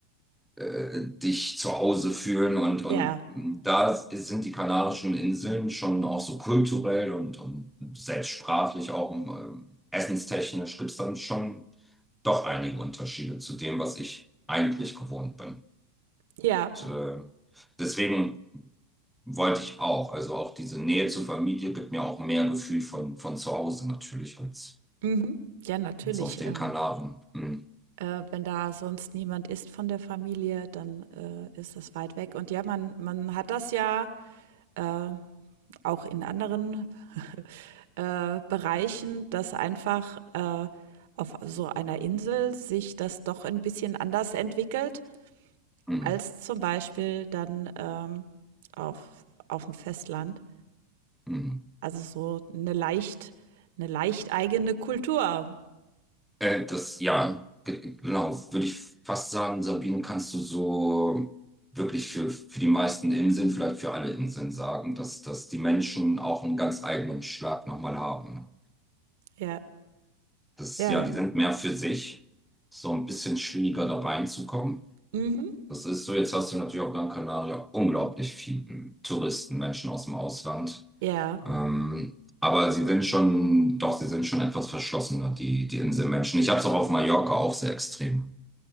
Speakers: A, in the centre; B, on the right (about 60°).
A: äh, dich zu Hause fühlen. Und,
B: Ja,
A: und da sind die Kanarischen Inseln schon auch so kulturell und, und selbst sprachlich auch ähm, essenstechnisch gibt es dann schon doch einige Unterschiede zu dem, was ich eigentlich gewohnt bin.
B: ja,
A: Und, äh, deswegen wollte ich auch, also auch diese Nähe zur Familie gibt mir auch mehr Gefühl von, von zu Hause natürlich als,
B: mhm. Ja, natürlich.
A: als auf den
B: Ähm.
A: Kanaren. Hm,
B: Äh, wenn da sonst niemand ist von der Familie, dann, äh, ist das weit weg. Und ja, man man hat das ja, äh, auch in anderen, <laughs> äh, Bereichen, dass einfach, äh, auf so einer Insel sich das doch ein bisschen anders entwickelt
A: hm,
B: als zum Beispiel dann, ähm, auf auf dem Festland.
A: hm.
B: Also, so eine leicht eine leicht eigene Kultur.
A: Äh, das, ja, ge- genau, würde ich fast sagen, Sabine, kannst du so wirklich für, für die meisten Inseln, vielleicht für alle Inseln sagen, dass, dass die Menschen auch einen ganz eigenen Schlag nochmal haben.
B: Ja,
A: Das,
B: ja.
A: ja, die sind mehr für sich, so ein bisschen schwieriger da reinzukommen.
B: Mhm.
A: Das ist so, jetzt hast du natürlich auf Gran Canaria unglaublich viele Touristen, Menschen aus dem Ausland.
B: Ja,
A: Ähm, aber sie sind schon, doch, sie sind schon etwas verschlossener, die, die Inselmenschen. Ich habe es auch auf Mallorca auch sehr extrem